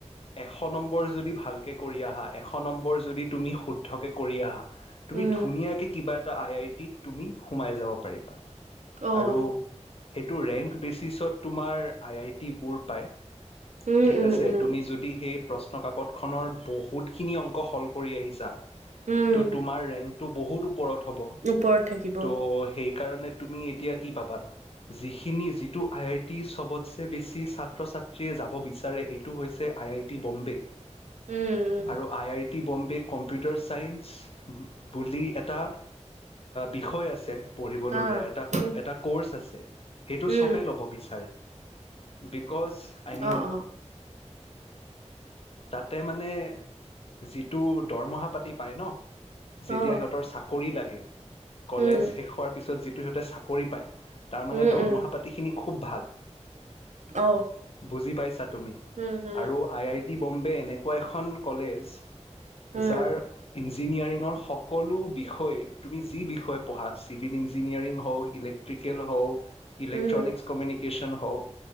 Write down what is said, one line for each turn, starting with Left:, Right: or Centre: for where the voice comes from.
Left: এশ নম্বৰ যদি ভালকে কৰি আহা এশ নম্বৰ যদি তুমি শুদ্ধকে কৰি আহা। তুমি
Right: উম,
Left: ধুনীয়াকে কিবা এটা । এ আই আই টি তুমি সোমাই যাব পাৰিবা।
Right: অহ
Left: আৰু
Right: ।
Left: সেইটো ৰেংক বেচিচত তোমাৰ আই আই টিবোৰ । পায়।
Right: উম,
Left: ঠিক
Right: উম,
Left: আছে
Right: উম,
Left: তুমি যদি সেই । প্ৰশ্ন কাকত খনৰ বহুত খিনি অংক সল কৰি আহিছা ।
Right: উম,
Left: ত' তোমাৰ ৰেংক । তো বহুত ওপৰত। হ'ব
Right: ওপৰত থাকিব,
Left: ত সেই। কাৰণে তুমি এতিয়া কি পাবা যিখিনি যিটো আইটি ছবতচে বেছি চা। ছাত্ৰ ছাত্ৰীয়ে যাব বিচাৰে সেইটো হৈছে আই আই টি বম্বে।
Right: উম, উম,
Left: আৰু I I. T Bombay computer science বুলি এটা বিষয় আছে । পঢ়িবলগীয়া
Right: আ,
Left: এটা
Right: উম,
Left: এটা ক'ৰ্চ আছে । সেইটো
Right: উম,
Left: চবেই ল'ব বিচাৰে । বিকজ আই
Right: অ
Left: মিন।
Right: অ
Left: তাতে মানে যিটো দৰমহা পাতি পায় ন ।
Right: অ
Left: যেতিয়া সিহঁতৰ চাকৰি লাগে । হম । কলেজ
Right: উম
Left: শেষ হোৱাৰ পিছত জি । সিহঁতে চাকৰি পায় । তাৰ মানে
Right: উম
Left: দৰমহা
Right: উম
Left: পাতি খিনি । খুব ভাল।
Right: অ
Left: বুজি পাইছা তুমি
Right: উম উম
Left: আৰু আই আই । ইটি বম্বে এনেকুৱা এখন কলেজ ।
Right: উম
Left: যাৰ ই। ইঞ্জিনিয়াৰিঙৰ সকলো বিষয়ে তুমি যি বিষয়ে পঢ়া চিভিল ইঞ্জিনিয়াৰিং হওক ইলেক্ট্ৰিকেল হওক। ইলে্ট্ৰনিক্
Right: উম
Left: কমিউনিক । কেশচন হক,